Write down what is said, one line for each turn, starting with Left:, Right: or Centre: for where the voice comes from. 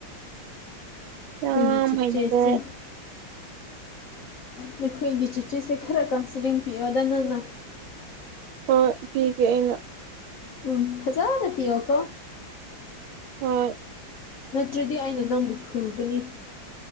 Right: ꯌꯥꯝ
Left: ꯈꯣꯏꯒꯤ ꯆꯦꯆꯦꯁꯦ
Right: ꯍꯩꯅꯗꯦ
Left: ꯅꯈꯣꯏꯒꯤ ꯆꯤꯆꯤꯁꯦ ꯈꯔ ꯀꯥꯎꯟꯁꯤꯂꯤꯡ ꯄꯤꯌꯗ ꯅꯪ
Right: ꯍꯣꯢ ꯄꯤꯒꯦ ꯑꯩ
Left: ꯎꯝ ꯐꯖꯥꯅ ꯄꯤꯌꯨꯀꯣ
Right: ꯎꯝ
Left: ꯅꯠꯇ꯭ꯔꯗꯤ ꯑꯩꯅ ꯅꯪꯕꯨ ꯐꯨꯒꯅꯤ